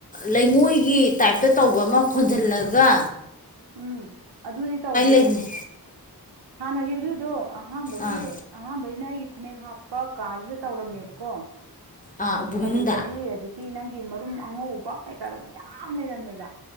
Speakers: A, on the left (about 20°); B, on the right (about 85°).
A: ꯂꯩꯉꯣꯏꯒꯤ ꯇꯥꯏꯞꯇ ꯇꯧꯕ ꯑꯃ ꯍꯣꯟꯖꯜꯂꯒ
B: ꯎꯝ ꯑꯗꯨꯗꯤ ꯇꯧꯗꯦ
A: ꯂꯩꯕꯅꯦ
B: ꯍꯥꯟꯅ <unintelligible> ꯑꯍꯥꯟꯕꯒꯤ
A: ꯑꯥ
B: ꯑꯍꯥꯟꯕꯩ ꯑꯩꯒꯤ ꯐꯅꯦꯛ ꯍꯥꯞꯄ ꯀꯥꯁꯤꯗ ꯇꯧꯔꯝꯃꯦꯕꯀꯣ
A: ꯑꯥ ꯎꯄꯨ ꯃꯅꯨꯡꯗ
B: ꯑꯗꯨꯗꯗꯤ ꯍꯧꯖꯤꯛꯀꯤ ꯅꯪꯒꯤ ꯃꯔꯨꯝ ꯑꯉꯧꯕ ꯀꯩꯀꯥꯗꯣ ꯃꯌꯥꯝ ꯂꯩꯔꯝꯃꯦꯕ